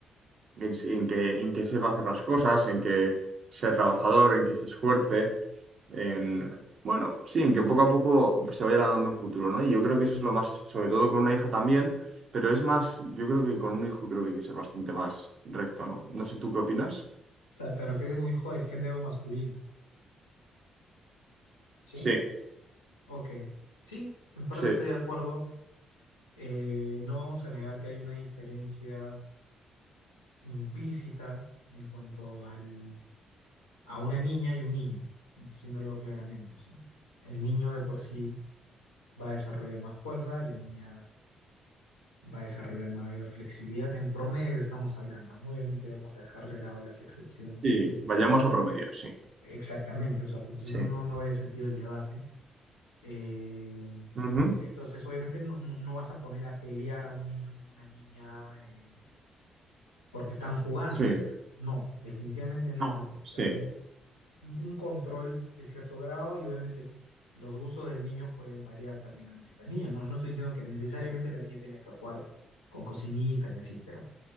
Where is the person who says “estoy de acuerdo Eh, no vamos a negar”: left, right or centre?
Left